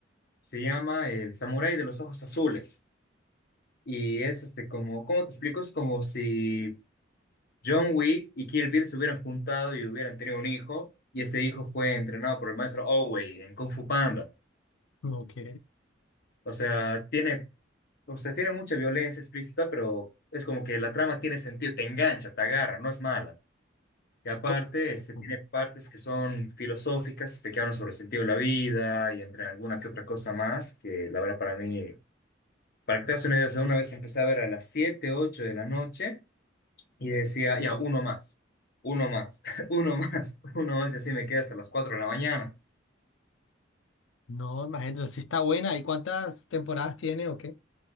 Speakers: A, on the left (about 55°); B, on the left (about 80°).
A: Se llama El Samurái de los Ojos Azules. Y es este, como, ¿cómo te explico? Es como si John Wick y Kill Bill se hubieran juntado y hubieran tenido un hijo, y este hijo fue entrenado por el maestro Oogway en Kung Fu Panda.
B: Ok.
A: O sea, tiene O sea, tiene mucha violencia explícita, pero es como que la trama tiene sentido, te engancha, te agarra, no es mala. Y aparte,
B: Co-
A: este,
B: Ujú.
A: tiene partes que son filosóficas, este, que hablan sobre el sentido de la vida y entre alguna que otra cosa más, que la verdad para mí, para que te hagas una idea, o sea, una vez empecé a ver a las 7 8 de la noche y decía, ya, uno más, uno más, <laughs> uno más, uno más, y así me quedé hasta las 4 de la mañana.
B: No, imagínate, sí está buena. ¿Y cuántas temporadas tiene o qué?